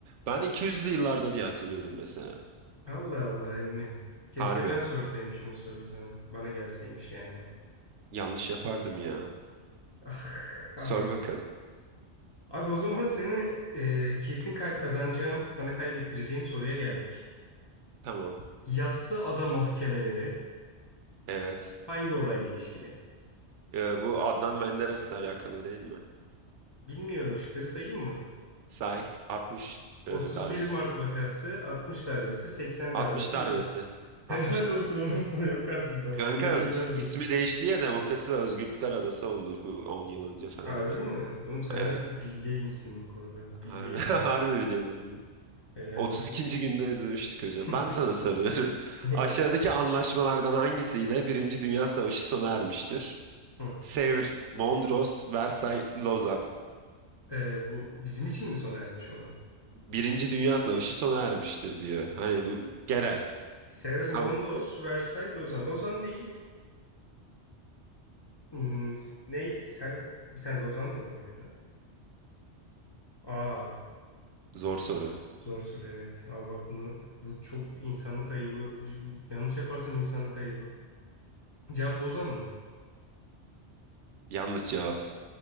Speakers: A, on the right; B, on the left.
A: Ben 200'lü yıllarda diye hatırlıyordum mesela.
B: Allah Allah emmi. Keşke
A: Harbi.
B: ben sorsaymışım o soruyu sana. Bana gelseymiş yani.
A: Yanlış yapardım ya.
B: Ah,
A: Sor
B: ah.
A: bakalım.
B: Abi o zaman seni e, kesin ka- kazanacağım, sana kaybettireceğim soruya geldik.
A: Tamam.
B: Yassı Ada mahkemeleri
A: Evet.
B: hangi olayla ilişkili?
A: Ee, bu Adnan Menderes'le alakalı değil mi?
B: Bilmiyorum şıkları sayayım mı?
A: Say 60
B: 31
A: e, darbesi.
B: Mart vakası, 60 darbesi, 80
A: 60
B: darbesi,
A: darbesi.
B: 28. <laughs> Helal
A: 60
B: olsun
A: darbesi.
B: oğlum sana yok artık ben
A: Kanka
B: bunu bilmezdim.
A: ismi değişti ya Demokrasi ve Özgürlükler Adası oldu bu 10 yıl önce falan
B: Harbi
A: herhalde.
B: mi? Oğlum sen
A: Evet.
B: harbi bilgeymişsin bu konuda. Bilgey.
A: Har- <laughs> Harbi biliyordum bunu.
B: Helal
A: 32.
B: olsun.
A: günde izlemiştik hocam.
B: <laughs>
A: Ben sana soruyorum. <laughs>
B: Sor bakayım.
A: Aşağıdaki anlaşmalardan hangisiyle Birinci Dünya Savaşı sona ermiştir?
B: Hı.
A: Sevr, Mondros, Versay, Lozan.
B: Ee, bu bizim için mi sona ermiş olan?
A: Birinci Dünya Savaşı sona ermiştir diyor. Hani bu genel.
B: Severmondos,
A: Sa-
B: Versailles, Lozan. Lozan değil. Hmm, s- ne? Ser... Bir saniye Lozan da olabilir lan. Aa.
A: Zor soru.
B: Zor soru evet. Abi bak bunu bu çok insanlık ayıbı. Bir- yanlış yaparsam insanlık ayıbı. Cevap Lozan mı?
A: Yanlış cevap.